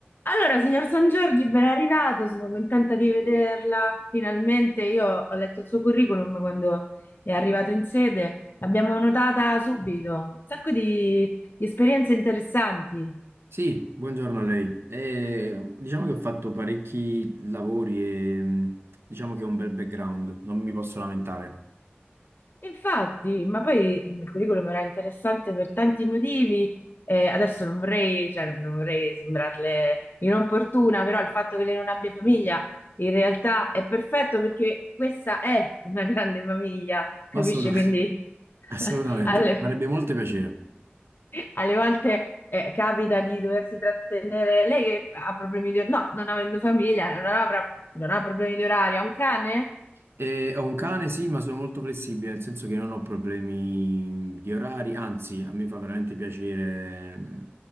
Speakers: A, on the left; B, on the right.
A: Allora, signor San Giorgi, ben arrivato, sono contenta di vederla. Finalmente io ho letto il suo curriculum quando è arrivato in sede, l'abbiamo notata subito, un sacco di, di esperienze interessanti.
B: Sì, buongiorno a lei. Eh, diciamo che ho fatto parecchi lavori e mh, diciamo che ho un bel background, non mi posso lamentare.
A: Infatti, ma poi il curriculum era interessante per tanti motivi. eh, adesso non vorrei, cioè, non vorrei sembrarle inopportuna, però il fatto che lei non abbia famiglia in realtà è perfetto perché questa è una grande famiglia, capisci?
B: Ma assolutamente,
A: Quindi <laughs>
B: <laughs> assolutamente,
A: alle,
B: mi farebbe molto piacere.
A: alle volte eh, capita di doversi trattenere lei che ha problemi di orario, no, non avendo famiglia, non avrà- non ha problemi di orario, ha un cane?
B: Eh, ho un cane, sì, ma sono molto flessibile, nel senso che non ho problemi di orari, anzi, a me fa veramente piacere. mh,